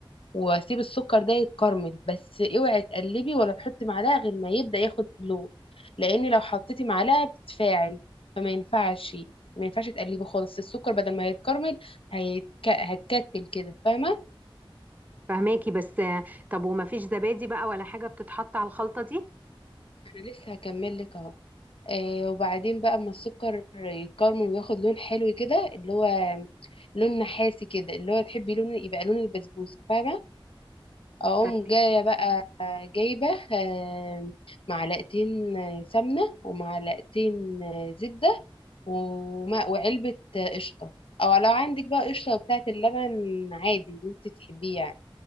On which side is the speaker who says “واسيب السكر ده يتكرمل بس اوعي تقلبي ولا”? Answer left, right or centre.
Left